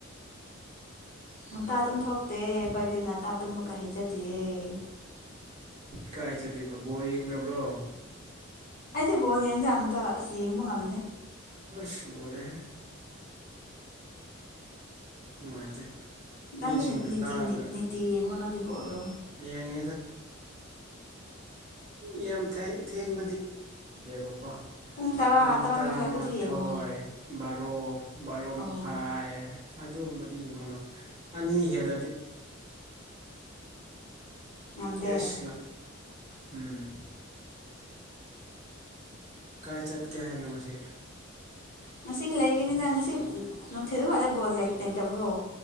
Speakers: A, on the left; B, on the right.
A: ꯉꯟꯇꯥ ꯑꯗꯨꯨꯝ ꯊꯣꯛꯇꯦ ꯑꯩꯈꯣꯏꯗꯤ ꯉꯟꯇꯥ ꯇꯨꯝꯕꯀ ꯍꯩꯖꯗꯌꯦꯦ
B: ꯀꯥꯏ ꯆꯠꯂꯤꯕ ꯕꯣꯔ ꯌꯦꯡꯗꯕ꯭ꯔꯣ
A: ꯑꯩꯗꯤ ꯕꯣꯜ ꯌꯦꯡꯗꯦ ꯑꯝꯇ ꯑꯁꯤꯁ ꯌꯦꯡꯕ ꯉꯝꯗꯦ
B: ꯄꯤꯁ ꯂꯔꯦꯍꯦ ꯅꯨꯡꯉꯥꯏꯇꯦ ꯃꯤꯁꯤꯡꯅ
A: ꯅꯪꯗꯤ ꯅꯤꯇꯤ
B: ꯇꯥꯔꯒ
A: ꯅꯤꯇꯤ ꯌꯦꯡꯕ꯭ꯔꯣ ꯅꯪꯗꯤ ꯕꯣꯜꯗꯣ
B: ꯌꯦ ꯦꯡ ꯌꯦꯡ ꯋꯥ
A: ꯇꯔꯥ
B: ꯄꯨꯡ
A: ꯇꯔꯥꯃꯥꯊꯣꯏ
B: ꯇꯔꯥꯃꯥꯊꯣꯏ
A: ꯑꯗꯨꯗꯤ ꯌꯦꯡꯉꯨꯔꯣ
B: ꯕꯥꯔꯣ ꯕꯥꯔꯣ
A: ꯑꯧ
B: ꯃꯈꯥꯏ ꯑꯗꯨꯒꯨꯝꯕꯗꯤ ꯌꯦꯡꯕ ꯉꯝꯃꯤ ꯑꯅꯤ ꯍꯦꯜꯂꯗꯤ
A: ꯉꯝꯗꯦ
B: ꯑꯦꯁ ꯎꯝ ꯀꯥꯏ ꯆꯠꯀꯦ ꯍꯥꯏꯅꯣꯁꯤ
A: ꯉꯁꯤ ꯂꯩꯒꯤꯅꯤꯗ ꯉꯁꯤ ꯅꯨꯡꯊꯤꯠ ꯑꯗꯨꯋꯥꯗ ꯕꯣ ꯂꯩꯇꯕ꯭ꯔꯣ